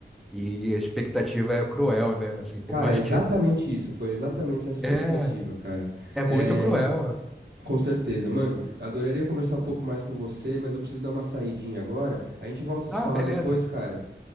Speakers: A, in the centre; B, on the right (about 65°).
A: E a expectativa é cruel, né? Assim, por
B: Cara,
A: mais
B: é exatamente
A: que
B: isso, foi exatamente essa expectativa,
A: <laughs>
B: cara.
A: é, é muito
B: É,
A: cruel.
B: Com certeza, mano. Eu adoraria conversar um pouco mais com você, mas eu preciso dar uma saidinha agora. A gente volta a
A: Ah,
B: se falar
A: beleza.
B: depois, cara.